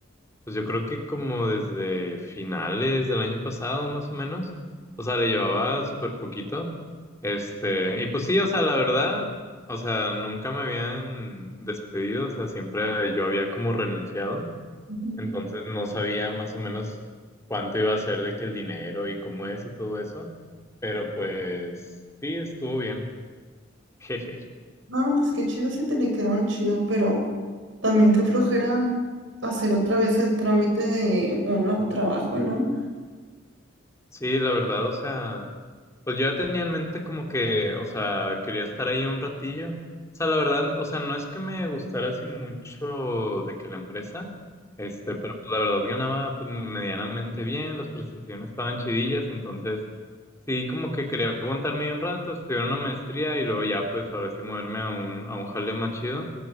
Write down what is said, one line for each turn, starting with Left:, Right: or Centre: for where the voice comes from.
Left: pues yo creo que como desde finales del año pasado más o menos, o sea, le llevaba súper poquito, este, y pues sí, o sea, la verdad, o sea, nunca me habían despedido, o sea, siempre yo había como renunciado,
Right: Ujú.
Left: entonces no sabía más o menos cuánto iba a ser de que el dinero y cómo es y todo eso, pero pues sí, estuvo bien. <laughs>
Right: No, pues qué chido si te liquidaron chido, pero también qué flojera hacer otra vez el trámite de un nuevo trabajo, ¿no?
Left: Sí, la verdad, o sea, pues yo ya tenía en mente como que, o sea, quería estar ahí un ratillo. O sea, la verdad, o sea, no es que me gustara así mucho de que la empresa, este, pero la verdad ganaba pues, medianamente bien, las prestaciones estaban chidillas, entonces sí, como que quería aguantarme ahí un rato, estudiar una maestría y luego ya, pues ahora sí moverme a un, a un jale más chido.